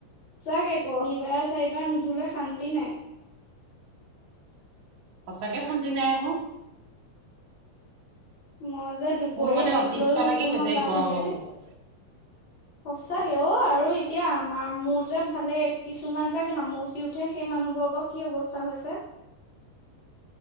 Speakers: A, on the left (about 35°); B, on the right (about 60°).
A: <inaudible>
B: সঁচাকে শান্তি নাই আকৌ।
A: মই যে দুপৰীয়া
B: মোৰ মানে
A: ৰেষ্ট
B: অতিষ্ঠ
A: লৈয়ো
B: লাগি
A: উঠিও
B: গৈছে
A: মই গা
B: এই গৰমৰ
A: ধুমগে দেই।
B: কোবত
A: সঁচাকে অ' আৰু এতিয়া আমাৰ মোৰ যে ভালে, কিছুমান যে ঘামচি উঠে সেই মানুহ বোৰৰ বা কি অৱস্থা হৈছে‌?